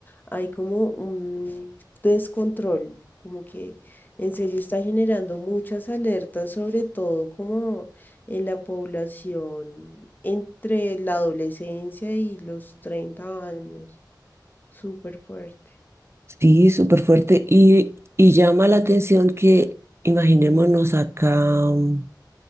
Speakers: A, on the left (about 25°); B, on the right (about 35°).
A: hay como un descontrol, como que en serio está generando muchas alertas, sobre todo como en la población entre la adolescencia y los 30 años, súper fuerte.
B: Sí, súper fuerte. Y, y llama la atención que, imaginémonos acá mm,